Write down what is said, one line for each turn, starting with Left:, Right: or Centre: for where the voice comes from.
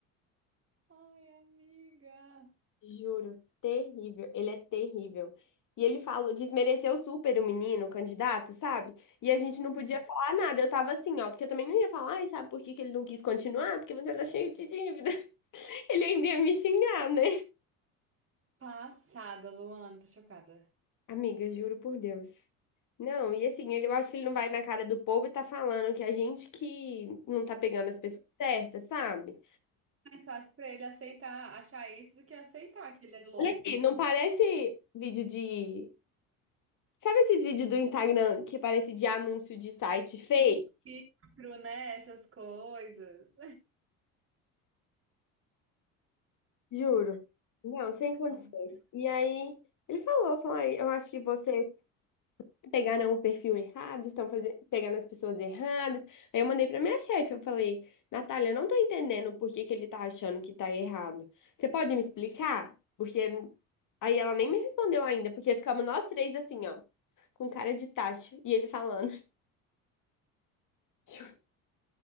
Right: Ai, amiga.
Left: Juro, terrível, ele é terrível. E ele falou, desmereceu super o menino, o candidato, sabe? E a gente não podia
Right: uhum.
Left: falar nada. Eu tava assim, ó, porque eu também não ia falar, "Ai, sabe por que que ele não quis continuar? Porque você tá cheio de dívida. <laughs> Ele ainda ia me xingar, né?
Right: Passada, Luana, tô chocada.
Left: Amiga, juro por Deus. Não, e assim, ele- eu acho que ele não vai na cara do povo e tá falando que a gente que não tá pegando as pessoas certas, sabe?
Right: mais fácil pra ele aceitar, achar isso do que aceitar que ele é louco.
Left: Olha aqui, não parece vídeo de. Sabe esses vídeos do Instagram que parece de anúncio de site fake?
Right: Tipo, um filtro, né? Essas coisas.
Left: Juro. Não, sem condições.
Right: <laughs>
Left: E aí, ele falou, falou, "Ai, eu acho que você pegaram o perfil errado, estão fazendo, pegando as pessoas erradas. Aí eu mandei pra minha chefe, eu falei, Natália, eu não tô entendendo por que que ele tá achando que tá errado. Você pode me explicar? Porque aí ela nem me respondeu ainda, porque ficamos nós três assim, ó, com cara de tacho, e ele falando, <laughs> juro,